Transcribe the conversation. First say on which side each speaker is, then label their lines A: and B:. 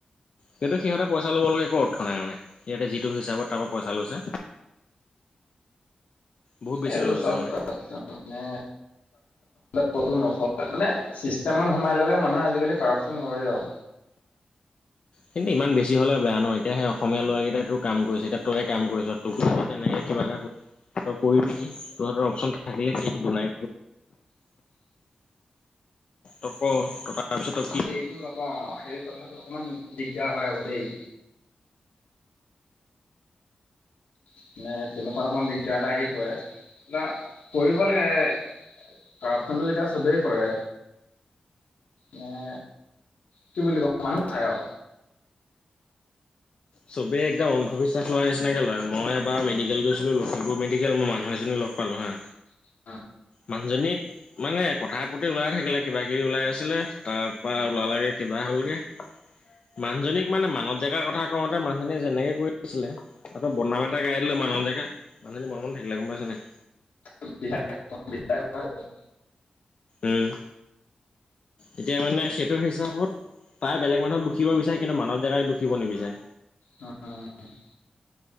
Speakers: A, on the left; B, on the left.
A: সেইটো, সিঁহতে, পইচা ল'ব লাগে ক'ত? নাই মানে, সিহঁতে যিটো হিচাপত, তাৰপা পইচা লৈছে বহুত বেছি
B: এইবোৰ
A: লৈ লৈছে
B: চব
A: মানে।
B: কথা মানে ক'তো নচলে। মানে, চিষ্টেমত সোমাই ল'লে, মানুহে আজিকালি কাৰোপচন ধৰে আৰু।
A: কিন্তু, ইমান বেছি হ'লে বেয়া ন'! এতিয়া, সেই অসমীয়া ল'ৰাকেইটাই তোৰ কাম কৰিছে। এতিয়া তই কাম কৰিছ। ত' তেনেকে, কিবা এটা তই কৰিবি? তোৰ হাতত অপচন থাকিলে, কি দুনাই তই ক'? <unintelligible> কি
B: সেইটো
A: কৰিবি?
B: নকওঁ। সেই, কথাটো অকমান দিগদাৰ হয়, আকৌ দেই। এ, তেনেকুৱাত অকন দিগদাৰ এটা আহি পৰে। বা কৰিব লাগে। কাৰোপচনটো যেতিয়া, চবেই কৰে। মানে, কি বুলি কয়! মানুহ নাই আৰু।
A: চবেই একদম অন্ধবিশ্বাস লোৱা নিচিনাকে লয়। মই এবাৰ মেডিকেল গৈছিলোঁ, লখিপুৰ মেডিকেল। মই মানুহ এজনীক লগ পালোঁ হা।
B: <inaudible>
A: মানুহজনী মানে, কথা প্ৰতি ওলাই থাকিলে, কিবা কিবি ওলাই আছিলে। তাৰপৰা ওলালেগে, কিবা হ'লগে। মানুজনীক মানে, মানুহ জেগাৰ কথা কওঁতে, মানুহজনীয়ে যেনেকে কৰি দিছিলে। তাৰপা, বদনাম এটা গাই দিলে, মানুহবিলাকে। মানুহজনী মনে মনে থাকিলে, গম পাইছ নাই?
B: <unintelligible>
A: উম! এতিয়া মানে, সেইটো হিচাপত তাই বেলেগ মানুহক দুখিব বিচাৰে। কিন্তু, মানব ডেকাক দুুখিব নিবিচাৰে।
B: অ'! <unintelligible>